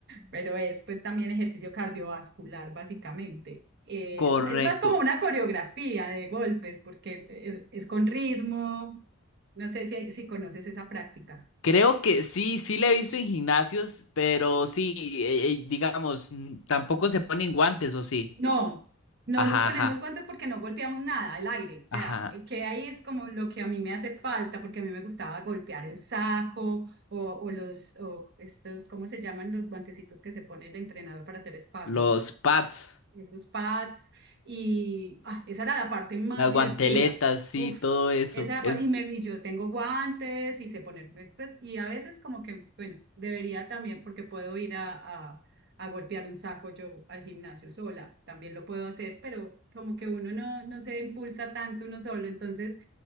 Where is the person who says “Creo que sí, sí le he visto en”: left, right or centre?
Left